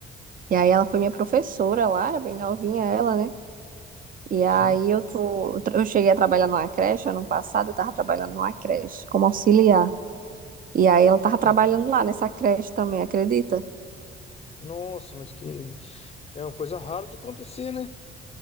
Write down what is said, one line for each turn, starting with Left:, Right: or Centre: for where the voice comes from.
Right: E aí ela foi minha professora lá, era bem novinha ela, né? E
Left: Sim,
Right: aí eu tô, eu tra- eu cheguei a trabalhar numa creche ano passado, eu tava trabalhando numa creche como auxiliar. E aí ela tava
Left: sim.
Right: trabalhando lá nessa creche também, acredita?
Left: Nossa, mas que é uma coisa rara de acontecer, né?